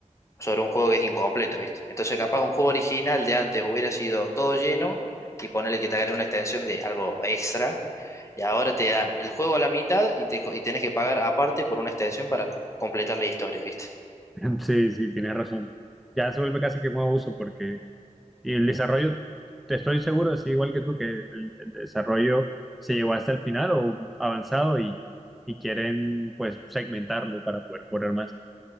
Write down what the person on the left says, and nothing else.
sobre un juego que es incompleto, ¿viste? Entonces, capaz un juego original de antes hubiera sido todo lleno y ponerle que te agregue una extensión de algo extra. Y ahora te dan el juego a la mitad y, te, co- y tenés que pagar aparte por una extensión para completar la historia, ¿viste?